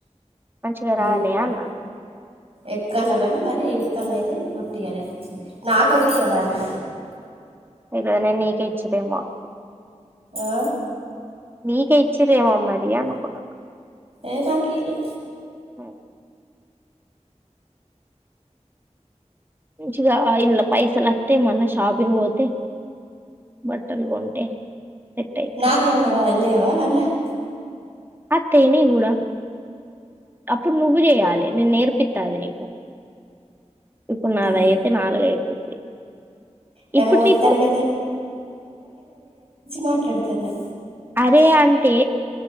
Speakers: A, on the right; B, on the right.
A: మంచిగా రాలే
B: ఎక్కడ
A: అన్నారు
B: ఎక్కండ కానీ మరి ఇక్కడనైతే కుట్టియాలె నాకైతే ఇయలాళ్ళు
A: ఇ న నీకే ఇచ్చరి ఏమో అనుకున్
B: ఆ
A: నిక్ ఏ ఈచిరు ఏమో మరి అనీ అనుకున్న
B: ఏ నాక్ ఈయలే
A: మ్మ్ మంచిగా ఇంలో పైసలు వస్తతే మళీ షాపింగ్ పోతే బట్టలు కొంటే సెట్ అయితది
B: నాకేమరా ఇలివా <unintelligible>
A: అత్తేనే గూడా అప్పుడు నువ్వు చేయాలి నేను నేర్పిస్తది నీకు ఇప్పుడు నాద
B: తీ
A: అయితే నాలుగు అయిపోయిది
B: నన్ను
A: ఇప్పుటిీకు
B: మొత్తానికి మాట్లాడుతన్న
A: అరే అంటే